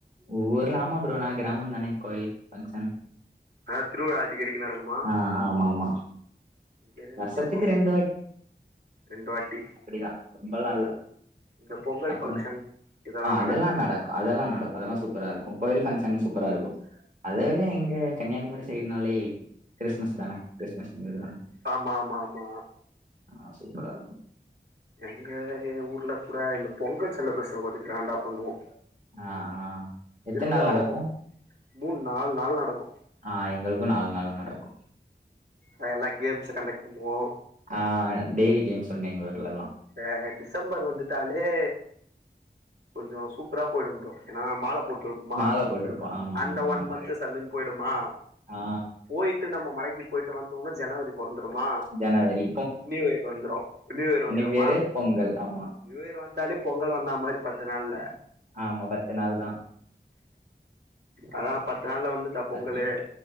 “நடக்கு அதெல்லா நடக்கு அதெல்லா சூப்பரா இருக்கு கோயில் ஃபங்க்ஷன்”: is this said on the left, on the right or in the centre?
Right